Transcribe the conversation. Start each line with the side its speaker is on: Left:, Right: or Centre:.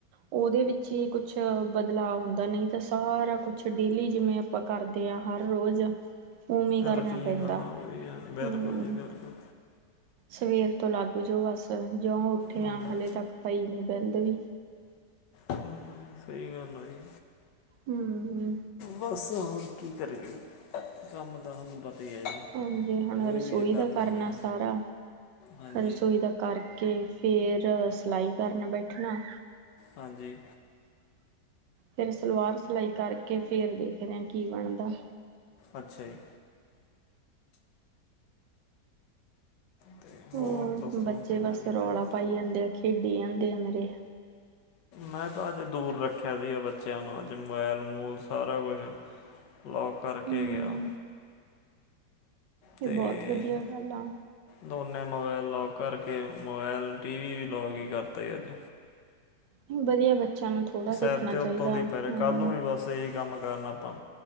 Right: ਉਹਦੇ ਵਿੱਚ ਈ ਕੁਛ ਬਦਲਾਵ ਹੁੰਦਾ। ਦਾ ਨਹੀਂ ਤਾਂ ਸਾਰਾ ਕੁਛ ਡੇਲੀ ਜਿਵੇਂ ਆਪਾਂ ਕਰਦੇ ਆ ਹਰ ਰੋਜ਼ ਉਵੇਂ ਕਰਨਾ
Left: ਰੁਟੀਨ
Right: ਪੈਂਦਾ।
Left: ਆ ਉਹੀ ਆ ਬਿਲਕੁਲ
Right: ਹਮ
Left: ਜੀ ਬਿਲਕੁਲ
Right: ਸਵੇਰ ਤੋਂ ਲੱਗ ਜਾਓ ਬਸ, ਜਿਉਂ ਉੱਠੇ
Left: ਹਾਂਜੀ
Right: ਆ ਹਲੇੇ ਤੱਕ ਪਈ ਨੀ ਬਹਿੰਦ ਵੀ।
Left: ਹਮ ਸਹੀ ਗੱਲ ਆ ਜੀ।
Right: ਹਮ ਹਮ।
Left: ਬਸ ਹੋਰ ਕੀ ਕਰੀਏ ਜੀ, ਕੰਮ ਤਾਂ ਹੁਣ ਪਤਾ ਈ ਐ ਜੀ।
Right: ਹਾਂਜੀ, ਹੁਣ
Left: ਕੋਈ
Right: ਰਸੋਈ
Left: ਵੀ ਇਹ
Right: ਦਾ ਕਰਨਾ
Left: ਹੀ ਆ
Right: ਸਾਰਾ
Left: ਹਾਂਜੀ
Right: ਰਸੋਈ ਦਾ ਕਰਕੇ, ਫਿਰ ਸਿਲਾਈ ਕਰਨ ਬੈਠਣਾ।
Left: ਹਾਂਜੀ
Right: ਫਿਰ ਸਲਵਾਰ ਸਿਲਾਈ ਕਰਕੇ, ਫੇਰ ਦੇਖਦੇ ਆ ਕੀ ਬਣਦਾ।
Left: ਅੱਛਾ ਜੀ। ਤੇ
Right: ਹੂੰ,
Left: ਹੋਰ ਦੱਸੋ
Right: ਬੱਚੇ
Left: ਕੋਈ ਨਵੀਂ
Right: ਬਸ ਰੌਲਾ
Left: ਤਾਜੀ
Right: ਪਾਈ ਜਾਂਦੇ ਆ, ਖੇਡੀ ਜਾਂਦੇ ਆ ਮੇਰੇ।
Left: ਮੈਂ ਤਾਂ ਅੱਜ ਦੂਰ ਰੱਖਿਆ ਵੀ ਐ ਬੱਚਿਆਂ ਨੂੰ। ਅੱਜ ਮੋਬੈਲ-ਮਬੂਲ ਸਾਰਾ ਕੁਛ ਲੌਕ ਕਰਕੇ
Right: ਹੂੰ
Left: ਗਿਆ ਤੇ
Right: ਇਹ ਬਹੁਤ ਵਧੀਆ ਗੱਲ ਆ
Left: ਦੋਨੇ ਮੋਬਾਇਲ ਲੌਕ ਕਰਕੇ। ਮੋਬਾਇਲ, ਟੀ ਵੀ, ਵੀ ਲੌਕ ਈ ਕਰਤਾ ਈ ਅੱਜ।
Right: ਹੁੰਦਾ ਵੀ ਆ ਬੱਚਿਆਂ ਨੂੰ ਥੋੜਾ
Left: ਤੇ ਸੈਦ
Right: ਦੇਖਣਾ
Left: ਦੇ
Right: ਚਾਹੀਦਾ
Left: ਉੱਤੋਂ ਦੀ ਪੈ ਰਿਹਾ।
Right: ਹੂੰ
Left: ਕੱਲ ਨੂੰ ਵੀ ਬਸ ਇਹੀ ਕੰਮ ਕਰਨਾ ਆਪਾਂ।